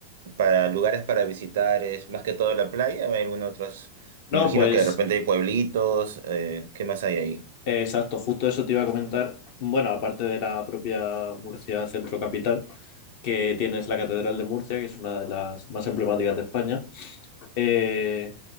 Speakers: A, on the right (about 55°); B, on the left (about 45°).
A: para lugares para visitar, es más que todo la playa, o hay algún otros,
B: No,
A: me imagino
B: pues
A: que de repente hay pueblitos, eh, ¿qué más hay ahí?
B: eh, exacto, justo eso te iba a comentar. Bueno, aparte de la propia Murcia Centro Capital, que tienes la Catedral de Murcia, que es una de las más emblemáticas de España, eh,